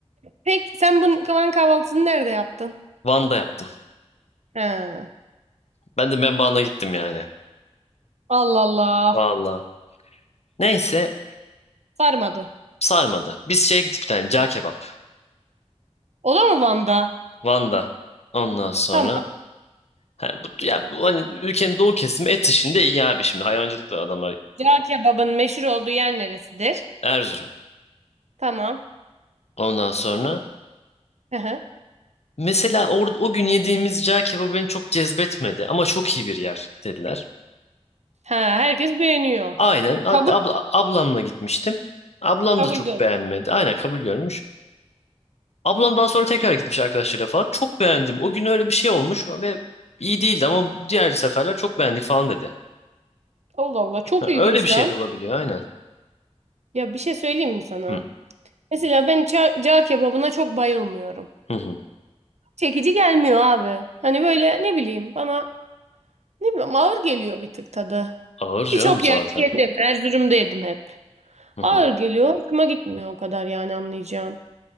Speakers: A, on the right; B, on the left.
A: Peki sen bunun Kavan kahvaltısını nerede yaptın?
B: Van'da yaptım.
A: He.
B: Ben de Membağına gittim yani.
A: Allah Allah.
B: Vallahi. Neyse
A: Sarmadı.
B: sarmadı. Biz şeye gittik bir tane cağ kebap.
A: O da mı Van'da?
B: Van'da. Ondan sonra
A: Tamam.
B: ha, bu, ya bu hani ülkenin doğu kesimi et işinde iyi abi şimdi hayvancılık da adamlar
A: Cağ kebabın meşhur olduğu yer neresidir?
B: Erzurum.
A: Tamam.
B: Ondan sonra
A: Hı hı.
B: Mesela or o gün yediğimiz cağ kebabı beni çok cezbetmedi ama çok iyi bir yer dediler.
A: Ha, herkes beğeniyor.
B: Aynen. Hatta
A: Kabul,
B: abla, ablamla gitmiştim. Ablam
A: kabul
B: da çok
A: gör.
B: beğenmedi. Aynen kabul görmüş. Ablam daha sonra tekrar gitmiş arkadaşlarıyla falan. Çok beğendim. O gün öyle bir şey olmuş ve iyi değildi ama diğer seferler çok beğendik falan dedi.
A: Allah Allah çok
B: Ha,
A: ilginç
B: öyle bir şey
A: lan.
B: de olabiliyor aynen.
A: Ya bir şey söyleyeyim mi sana?
B: Hı,
A: Mesela ben ça- cağ kebabına çok bayılmıyorum.
B: hı, hı.
A: Çekici gelmiyor abi. Hani böyle ne bileyim bana ne bileyim ağır geliyor bir tık tadı.
B: Ağır canım
A: Birçok
B: zaten.
A: yerde yedim. Erzurum'da yedim hep.
B: Hı, hı.
A: Ağır geliyor. Hoşuma gitmiyor o kadar yani anlayacağın.